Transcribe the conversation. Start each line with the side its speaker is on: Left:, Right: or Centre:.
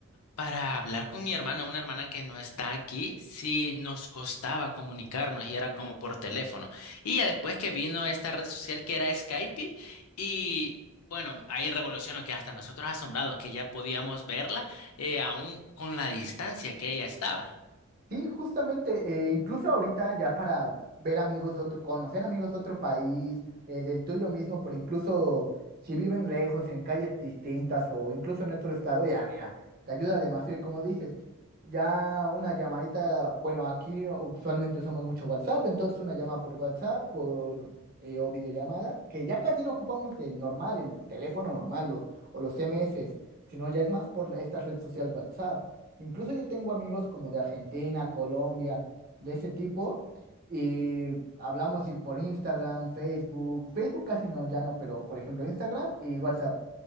Left: para hablar con mi hermana, una hermana que no está aquí, sí nos costaba comunicarnos y era como por teléfono. Y ya después que vino esta red social que era Skype y bueno, ahí revolucionó que hasta nosotros asombrados que ya podíamos verla eh, aún con la distancia que ella estaba.
Right: Sí, justamente, eh, incluso ahorita ya para ver amigos de otro, conocer amigos de otro país, eh, del tuyo mismo, pero incluso si viven lejos, en calles distintas o incluso en otro estado, ya mira, te ayuda demasiado. Y como dices, ya una llamadita, bueno, aquí usualmente usamos mucho WhatsApp, entonces una llamada por WhatsApp por, eh, o videollamada, que ya casi no ocupamos el normal, el teléfono normal o, o los CMS, sino ya es más por la- esta red social WhatsApp. Incluso yo tengo amigos como de Argentina, Colombia, de ese tipo, y hablamos y por Instagram, Facebook, Facebook casi no, ya no, pero por ejemplo Instagram y WhatsApp,